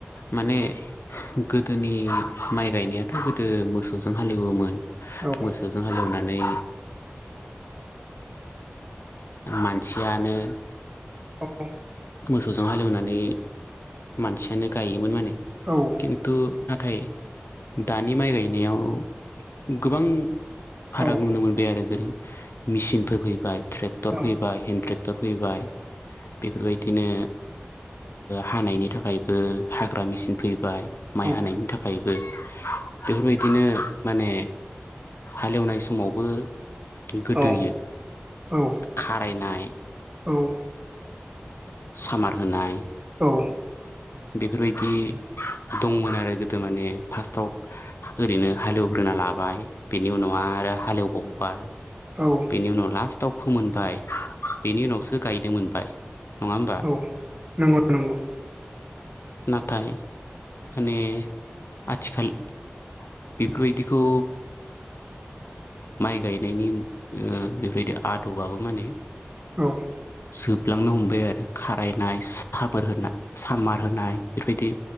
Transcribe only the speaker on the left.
माने गोदोनि माइ गायनायाथ' गोदो मोसौजों हालेवोमोन <unintelligible>
जों हालेवनानै मानसियानो
मोसौजों हालेवनानै मानसियानो गायोमोन माने
थ' नाथाय दानि माइ गायनायाव गोबां फाराग
नुनो मोनबाय आरो जेरै मेचिनफोर फैबाय ट्रेक्टर
फैबाय हेन्द ट्रेक्टर फैबाय बेफोरबायदि बिदिनो हानायनि थाखायबो हाग्रा मेचिन फैबाय माइ
हानायनि थाखायबो बेफोरबायदि बिदिनो माने हालेवनाय समावबो गोदोयो
खारायनाय
सामार होनाय
बेफोरबायदि दंमोन आरो गोदो माने फार्स्टआव ओरैनो हालेवग्रोना लाबाय बेनि उनाव आरो हालेवबावबाय
बेनि उनाव लास्टाव फोमोनबाय बेनि उनावसो गायनो मोनबाय नङा होमबा
नाथाय माने आथिखाल बेफोरबायदिखौ माइ गायनायनि बेफोरबायदि आदबाबो माने
जोबलांनो हमबाय आरो खारायनाय साबोर होनाय सामार होनाय बेफोरबायदि